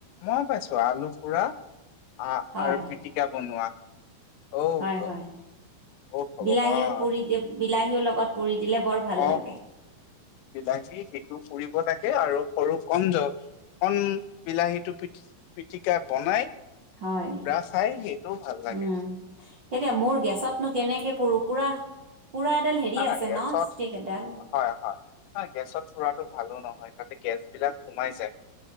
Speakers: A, on the left (about 85°); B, on the right (about 55°).
A: মই পাইছো আলু পুৰা আহ
B: হয়
A: আৰু পিটিকা বনোৱা। অ'
B: হয়
A: গ-
B: হয়
A: অ' ভগৱান।
B: বিলাহীও পুৰি যে। বিলাহীও লগত পুৰি দিলে বৰ ভাল
A: অহ,
B: লাগে।
A: বিলাহী সেইটো পুৰিব লাগে আৰু সৰু। কন জ কন বিলাহীটো পি পিটিকা বনাই।
B: হয়
A: ৰা খাই সেইটোও ভাল লাগে।
B: উম এতিয়া মোৰ গেছতনো কেনেকে পুৰো পুৰা। পুৰা এডাল হেৰি
A: নাই
B: আছে
A: নাই গেছত
B: ন ষ্টিক এডাল
A: হয় হয় ন গেছত পুৰাটো ভালো নহয় তাতে। গেছ বিলাক সোমাই যায়।